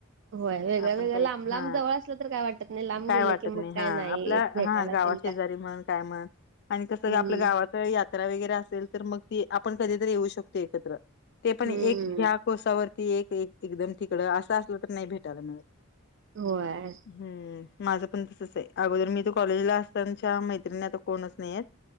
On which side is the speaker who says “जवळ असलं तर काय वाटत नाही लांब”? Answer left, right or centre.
Right